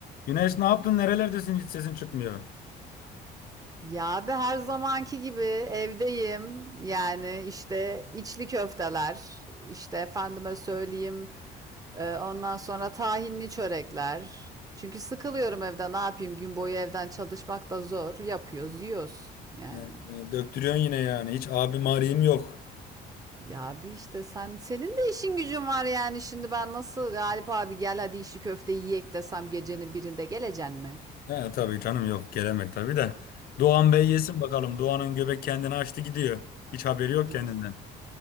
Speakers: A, on the left; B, on the right.
A: Güneş ne yaptın? Nerelerdesin? Hiç sesin çıkmıyor.
B: Ya abi her zamanki gibi evdeyim. Yani işte içli köfteler, işte efendime söyleyeyim, e, ondan sonra tahinli çörekler. Çünkü sıkılıyorum evde. Ne yapayım? Gün boyu evden çalışmak da zor. Yapıyoruz, yiyoruz yani.
A: Ee, e, Döktürüyorsun yine yani. Hiç abim arayayım yok.
B: Ya abi işte sen senin de işin gücün var yani. Şimdi ben nasıl Galip abi gel hadi içli köfte yiyek desem gecenin birinde geleceksin mi?
A: He tabii canım yok. Gelemek tabii de. Doğan Bey yesin bakalım. Doğan'ın göbek kendini açtı gidiyor. Hiç haberi yok
B: Yani
A: kendinden.